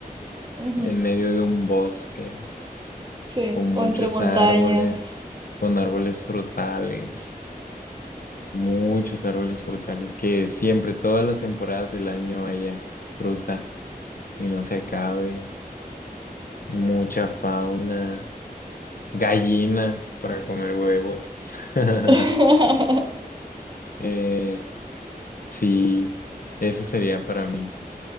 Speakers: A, on the right; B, on the left.
A: Ujú,
B: en medio de un bosque
A: Sí.
B: con muchos
A: O entre montañas.
B: árboles, con árboles frutales, muchos árboles frutales, que siempre, todas las temporadas del año haya fruta y no se acabe, mucha fauna, gallinas para comer huevos. <laughs>
A: <laughs>
B: Eh, sí, eso sería para mí